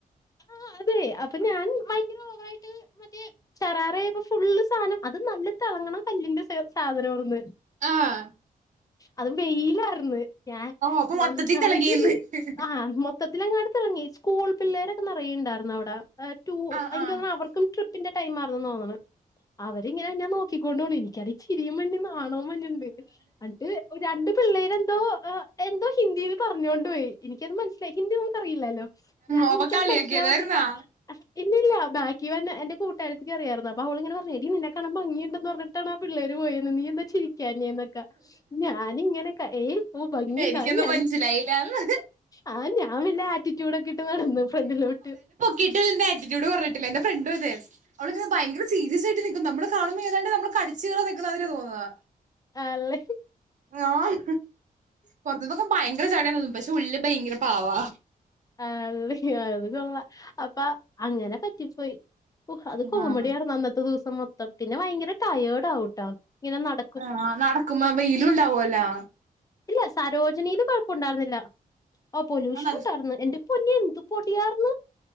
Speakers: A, on the left; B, on the right.
A: ആഹ് അതെ അപ്പൊ ഞാൻ ഭയര ഓവ ട്ട് മറ്റേ ഷറാറയൊക്കെ ഫുള്ള് സാധനം അത് നല്ല തെളങ്ങണ കല്ലിന്റെ സാധനോർന്ന്
B: ആഹ്
A: അത് വെയിലാർന്ന് ഞാൻ
B: അപ്പൊ
A: നന്നായിട്ടത്
B: മൊത്തത്തിൽ തിളങ്ങിന്ന്
A: ആഹ് മൊ ത്തത്തിലങ്ങാട് തെളങ്ങി സ്കൂൾ പിള്ളേരൊക്കെ നെറയെണ്ടാർന്നു അവിടെ ട്യൂ
B: ആഹ്
A: എനിക്ക്‌
B: ആഹ്
A: തോന്നണേ അവർ ക്കും ട്രിപ്പിന്റെ ടൈമാർന്നാ തോന്നണേ അവരിങ്ങനെ എന്നെ നോക്കിക്കോണ്ടോണ് എനിക്കാണി ചിരിയും വന്ന് നാണോം വന്ന്ണ്ട് അന്ന്ട്ട് രണ്ട് പിള്ളേരെന്തോ ഏ എന്തോ ഹിന്ദിയിൽ പറഞ്ഞോണ്ട് പോയി എനിക്കത് മനസ്സിലായി ഹിന്ദി നമുക്ക റിയില്ലാലോ ഞാൻ
B: ഓപ്പ
A: ഇക്കത്
B: കളിയാക്കിയതായിരുന്നാ
A: മനസ്സിലാവാത്തണ്ട് അക്കുന്നില്ല ബ ഇവ ന്നെ എന്റെ കൂട്ടാരത്തിക്ക റിയാർന്ന് അപ്പ അവളിങ്ങന പറ ഞ്ഞ് നിന്നെ കാണാം ഭംഗിയുണ്ടന്ന് പറഞ്ഞിട്ടാണ് ആ പിള്ളേര് പോയന്ന് നീഎന്താച്ച ചിരിക്കാഞ്ഞ്ന്നൊക്കെ ഞാനിങ്ങനെക്ക ഏയ് പോ ഭംഗിണ്ടാ
B: എനിക്കൊന്നും
A: ഞാൻ
B: മനസ്സിലായില്ലാന്ന്
A: ആഹ് ഞാൻ വല്ല ആറ്റിറ്റ്യൂഡ് ഒക്കെ ഇട്ട് നടന്നു ഫ്രണ്ടിലോട്ട്
B: കിട്ടൽന്റെ ആറ്റിറ്റ്യൂഡ് പറഞ്ഞിട്ടില്ല എന്റെ ഫ്രണ്ടു അതെ അവിടെ ഭയങ്കര സീരിയസ് ആയിട്ട് നിക്കും നമ്മള് കാണുമ്പോ ഏതാണ്ട് നമ്മള് കടിച് കീറാൻ നിക്ക്ണയിര്യാ തോന്നാ
A: ആല്ലേ
B: ആഹ് പൊറത്തന്നൊക്കെ ഭയങ്കര ജാഡണന്നും പക്ഷെ ഉള്ളില് ഭയങ്കര പാവാ
A: ആഹ് ള്ള അത്‌ കൊള്ളാ അപ്പ അങ്ങനെ പറ്റിപ്പോയ് ഓഹ് അത് കോമഡിയാർന്ന്
B: ആഹ്
A: അന്നത്തെ ദിവസം മൊത്തം പിന്നെ ഭയങ്കര ടയേഡ് ആവുട്ടാ ങ്ങനെ നട
B: ആഹ് നടക്കുമ്പ വെയിലു ണ്ടാവോല്ലോ
A: ഇല്ല സരോജിനീല് കൊഴപ്പണ്ടാർന്നില്ല ഓഹ് പൊല്യൂഷൻ
B: ആഹ്
A: ഒണ്ടാർന്ന് എന്റെ പൊന്നി എന്ത് പൊടിയാർന്ന്